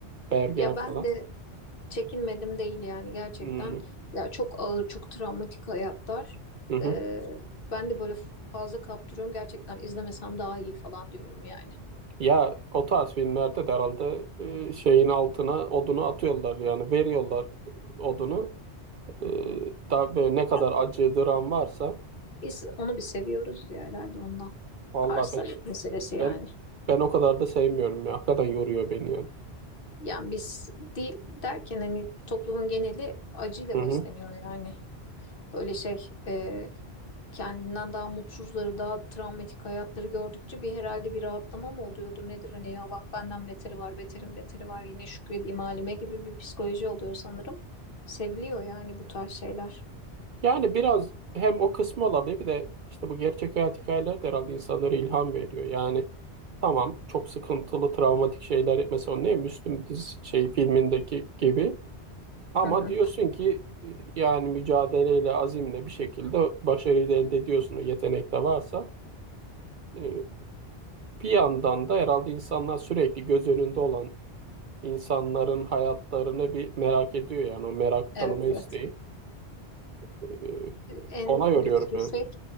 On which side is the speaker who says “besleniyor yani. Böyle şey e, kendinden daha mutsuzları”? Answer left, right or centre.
Left